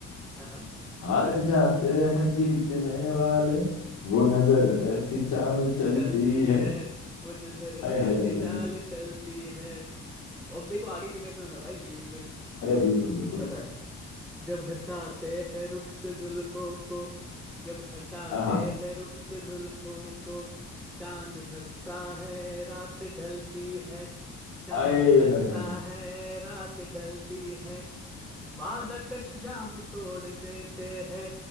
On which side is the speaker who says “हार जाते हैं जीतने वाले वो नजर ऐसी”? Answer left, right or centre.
Left